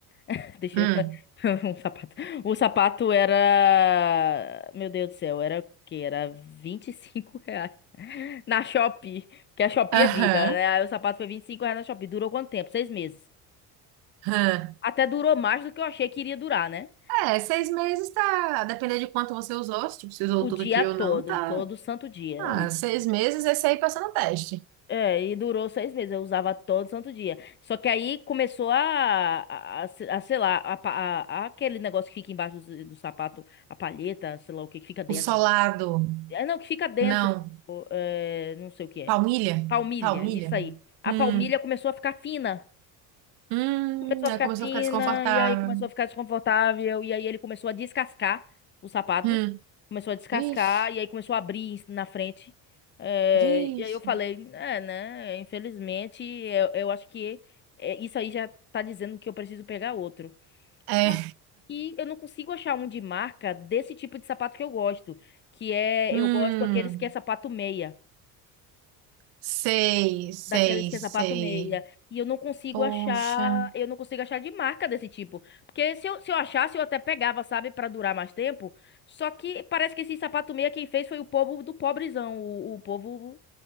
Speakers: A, on the left; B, on the right.
A: <laughs> Deixa
B: Hum.
A: eu... <laughs> um sapato. O sapato era, meu Deus do céu, era o quê? Era 25 reais <laughs> na Shopee, porque a Shopee
B: Aham.
A: é vida, né? Aí o sapato foi 25 reais na Shopee. Durou quanto tempo? Seis meses.
B: Hã.
A: Até durou mais do que eu achei que iria durar, né?
B: É, seis meses tá. Dependendo de quanto você usou, se tipo, você usou
A: O
B: todo
A: dia
B: dia
A: todo,
B: ou não, tá.
A: todo santo dia.
B: Ah, seis meses, esse aí passa no teste.
A: É, e durou seis meses. Eu usava todo santo dia. Só que aí começou a, a, a- a- sei lá, a, pa- a- a- aquele negócio que fica embaixo do, do sapato, a palheta, sei lá o que, que fica dentro.
B: O solado,
A: É, não, que fica dentro.
B: não.
A: o- é, não sei o que é.
B: Palmilha?
A: Palmilha,
B: Palmilha?
A: isso aí. A
B: Hum,
A: palmilha começou a ficar fina.
B: hum.
A: Começou a
B: Aí
A: ficar
B: começou
A: fina,
B: a ficar desconfortável.
A: e aí começou a ficar desconfortável, e aí ele começou a descascar o sapato.
B: Hum,
A: Começou a descascar,
B: vixe,
A: e aí começou a abrir na frente. É,
B: vixe.
A: e aí eu falei, é, né? Infelizmente, eu, eu acho que é, isso aí já tá dizendo que eu preciso pegar outro. Só
B: É,
A: que eu não consigo achar um de marca desse tipo de sapato que eu gosto. Que é,
B: hum.
A: eu gosto daqueles que é sapato meia.
B: Sei, sei,
A: Daqueles que
B: sei.
A: é sapato meia. E eu não consigo
B: Poxa,
A: achar, eu não consigo achar de marca desse tipo. Porque se eu, se eu achasse, eu até pegava, sabe, pra durar mais tempo. Só que parece que esse sapato meia quem fez foi o povo do pobrezão, o, o povo